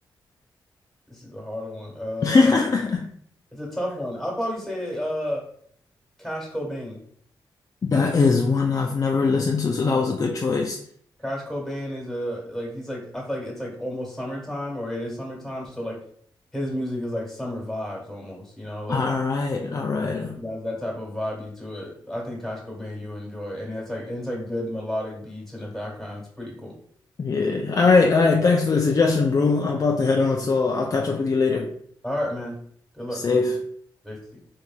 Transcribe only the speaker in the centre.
this is a hard one. Uh,
it's a tough one. I'll probably say, uh, Cash Cobain.
Cash Cobain is a like he's like I feel like it's like almost summertime or it is summertime, so like his music is like summer vibes almost, you know, like
so he has that type of vibe to it. I think Cash Cobain you enjoy, and it's like and it's like good melodic beats in the background. It's pretty cool.
All right, man. Good luck.
Safety.